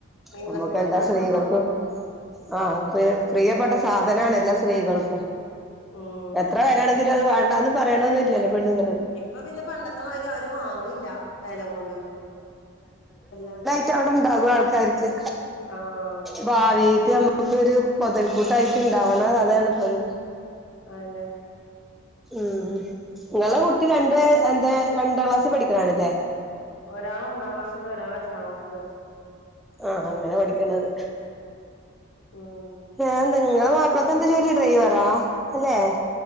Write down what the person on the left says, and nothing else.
ഇൻവെസ്റ്റ്മെന്റ്
ആണ്
ഇപ്പൊ സ്വർണം
ഉം
ഇപ്പ പിന്നെ പണ്ടത്തെ മാതിരി ആരും വാങ്ങണില്ല വെല കൊണ്ട് എല്ല
ആഹ്.
അഎന്നെ.
ഒരാളൊന്നാം ക്ലാസിലും ഒരാളെട്ടാം ക്ലാസിലും.
ഊം.